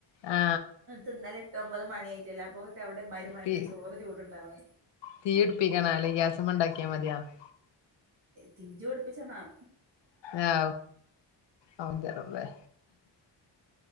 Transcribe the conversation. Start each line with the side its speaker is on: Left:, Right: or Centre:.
Left: ആ
Right: തിന്നല് എട്ട് ഒമ്പത് മണിയായിട്ടല്ലെ അപ്പൊക്ക് എവിടെ ഇമ്മാരിമഴത്ത്
Left: തീ
Right: ചോറ് ചൂടുണ്ടാവ
Left: തീ പിടിപ്പിക്കണം അല്ലെ ഗ്യാസുമേ ണ്ടാക്കിയാ മതിയാന്നു
Right: തിജ് പടിപ്പിച്ചണം
Left: ആ അവന്റെ തള്ളെ